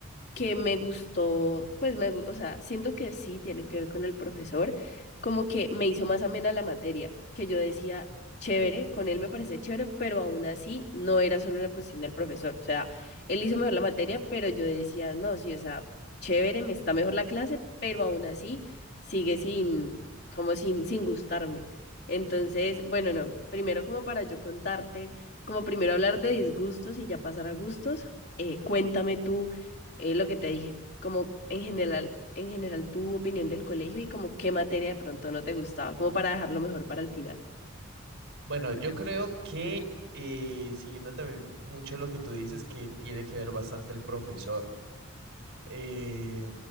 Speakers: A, on the left; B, on the right.
A: que me gustó, pues me, gu- o sea, siento que sí tiene que ver con el profesor, como que me hizo más amena la materia, que yo decía, chévere, con él me parece chévere, pero aún así no era solo la cuestión del profesor, o sea, él hizo mejor la materia, pero yo decía, no, sí, o sea, chévere, me está mejor la clase, pero aún así sigue sin, como sin, sin gustarme. Entonces, bueno, no, primero como para yo contarte, como primero hablar de disgustos y ya pasar a gustos, eh, cuéntame tú eh, lo que te dije, como en general, en general tu opinión del colegio y como qué materia de pronto no te gustaba, como para dejarlo mejor para el final.
B: Bueno, yo creo que eh, siguiendo también mucho lo que tú dices, que tiene que ver bastante el profesor. Eh,